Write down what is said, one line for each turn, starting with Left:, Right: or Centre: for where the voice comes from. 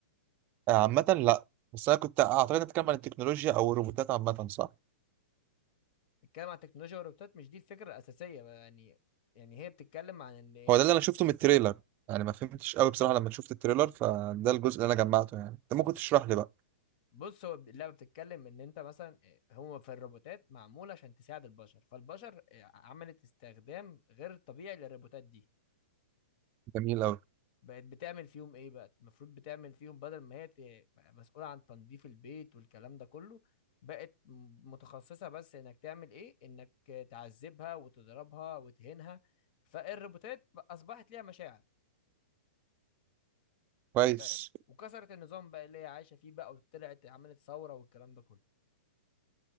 Right: آه، عامه لا بس انا كنت اعتقد إنك بتتكلم عن التكنولوجيا او الروبوتات عامه صح
Left: بتتكلم عن التكنولوجيا والروبوتات مش دي الفكره الاساسيه بقى يعني يعني هي بتتكلم عن ان
Right: هو ده اللي انا شفته من التريلر يعني ما فهمتش قوي بصراحه لما شفت التريلر فده الجزء اللي انا جمعته يعني انت ممكن تشرح لي بقى
Left: بص هو اللعبه بتتكلم ان انت مثلا آه، هو في الروبوتات معموله عشان تساعد البشر فالبشر آه، عملت استخدام غير طبيعي للروبوتات دي
Right: جميل قوي
Left: بقت بتعمل فيهم ايه بقى المفروض بتعمل فيهم بدل ما هي ت- بقى مسؤوله عن تنظيف البيت والكلام ده كله بقت م- متخصصه بس انك تعمل ايه انك تعذبها وتضربها وتهينها فالروبوتات اصبحت ليها مشاعر
Right: كويس
Left: فاهم وكسرت النظام بقى اللي هي عايشه فيه بقى وطلعت عملت ثوره والكلام ده كله